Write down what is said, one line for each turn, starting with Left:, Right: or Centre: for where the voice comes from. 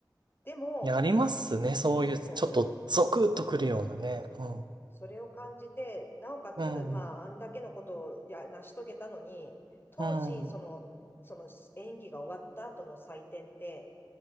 Left: う。でも、
Right: いや、ありますね、そういう、
Left: そ
Right: ちょっとゾクッとくるようなね、
Left: う、そう、
Right: うん、
Left: それを感じて、なおかつ、
Right: うん、
Left: まあ、あんだけのことをや、成し遂げたのに、当時、
Right: うん、
Left: その、その演技が終わった後の採点って、